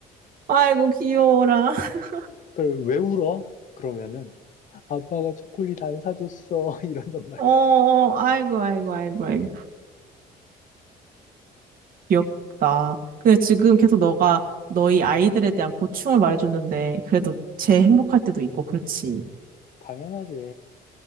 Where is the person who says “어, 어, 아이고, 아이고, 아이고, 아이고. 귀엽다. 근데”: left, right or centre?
Right